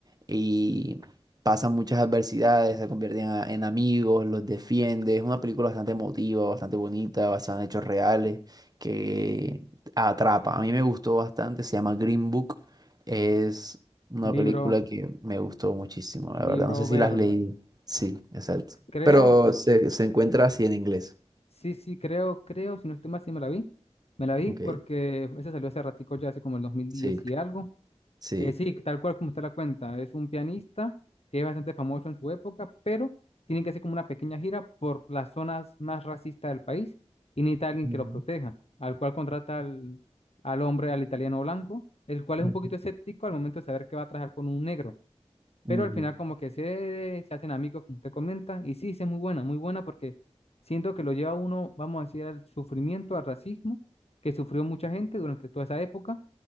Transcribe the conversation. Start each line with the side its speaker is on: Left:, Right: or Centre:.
Right: y pasan muchas adversidades, se convierten a- en amigos, los defiende. Es una película bastante emotiva, bastante bonita, basada en hechos reales, que atrapa. A mí me gustó bastante, se llama Green Book. Es una
Left: Libro,
Right: película que me gustó muchísimo, la
Left: libro
Right: verdad. No sé si
Left: verde.
Right: las leí. Sí, exacto.
Left: Creo,
Right: Pero se, se encuentra así en inglés.
Left: sí, sí, creo, creo, si no estoy mal, sí me la vi. Me la vi
Right: Ok,
Left: porque esa salió hace ratico, ya hace como el 2010
Right: sí,
Left: y algo.
Right: sí.
Left: Que sí, tal cual como usted la cuenta, es un pianista que es bastante famoso en su época, pero tienen que hacer como una pequeña gira por las zonas más racistas del país y necesita alguien
Right: Ujú,
Left: que lo proteja, al cual contrata al, al hombre, al italiano blanco, el cual es
Right: ujú,
Left: un poquito escéptico al momento de saber que va a trabajar con un negro, pero
Right: ujú,
Left: al final como que se, se hacen amigos, como usted comenta, y sí, sí es muy buena, muy buena porque siento que lo lleva a uno, vamos a decir, al sufrimiento, al racismo que sufrió mucha gente durante toda esa época